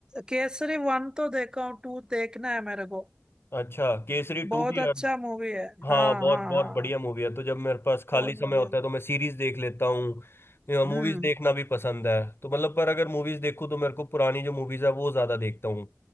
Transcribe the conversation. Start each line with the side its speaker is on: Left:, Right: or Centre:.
Right: केसरी वन तो देखा हूँ टू देखना है मेरे को
Left: अच्छा केसरी टू
Right: बहुत
Left: भी
Right: अच्छा
Left: आ-
Right: मूवी है
Left: हाँ
Right: हाँ
Left: बहुत
Right: हाँ
Left: बहुत
Right: हाँ
Left: बढ़िया मूवी है तो जब मेरे पास खाली
Right: बहुत
Left: समय
Right: बढ़िया
Left: होता है तो मैं सीरीज देख लेता हूँ
Right: हम्म
Left: मूवीज देखना भी पसंद है तो मतलब पर अगर मूवीज देखूँ तो मेरे को पुरानी जो मूवीज है वो ज्यादा देखता हूँ